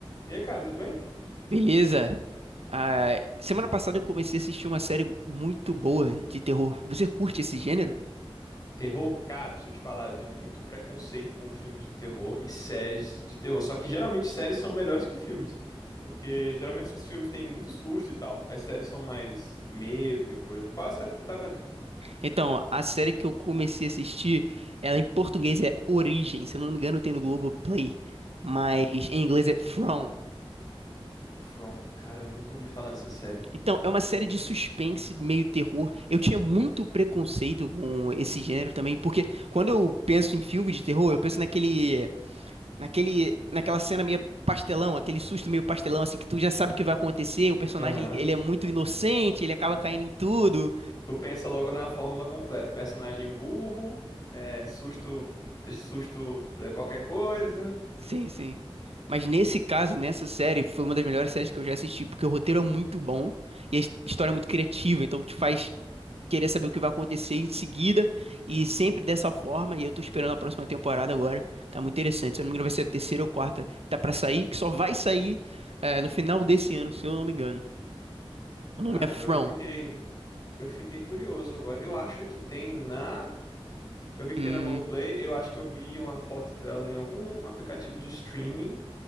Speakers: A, on the left (about 40°); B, on the right (about 85°).
A: E aí, cara, tudo bem?
B: Beleza? Ah, semana passada eu comecei a assistir uma série muito boa de terror. Você curte esse gênero?
A: Terror? Cara, se eu te falar, eu tenho muito preconceito com filme de terror e séries de terror. Só que geralmente séries são melhores que filmes. Porque geralmente os filmes têm muito susto e tal. As séries são mais medo e coisa. Qual é a série que tu tá vendo?
B: Então, a série que eu comecei a assistir, ela em português é Origem, se eu não me engano tem no Globoplay, mas
A: Origem.
B: em inglês é From.
A: From. Cara, eu nunca ouvi falar dessa série.
B: Então, é uma série de suspense, meio terror. Eu tinha muito preconceito com esse gênero também, porque quando eu penso em filme de terror, eu penso naquele Naquele, naquela cena meio pastelão, aquele susto meio pastelão, assim, que tu já sabe o que vai acontecer, o personagem,
A: Aham.
B: ele, ele é muito inocente, ele acaba caindo em tudo.
A: Tu pensa logo na fórmula completa. Personagem burro, é, susto, susto, é, qualquer coisa.
B: Sim, sim. Mas nesse caso, nessa série, foi uma das melhores séries que eu já assisti, porque o roteiro é muito bom e a his- história é muito criativa, então te faz querer saber o que vai acontecer em seguida e sempre dessa forma, e eu tô esperando a próxima temporada agora. Tá muito interessante. Se eu não me engano, vai ser a terceira ou quarta. Tá pra sair, que só vai sair eh, no final desse ano, se eu não me engano. O nome
A: Cara,
B: é From.
A: agora eu fiquei, eu fiquei curioso agora. Eu acho que tem na, eu vi que
B: Hum,
A: tem na Globoplay, eu acho que eu vi uma foto dela em algum aplicativo de streaming.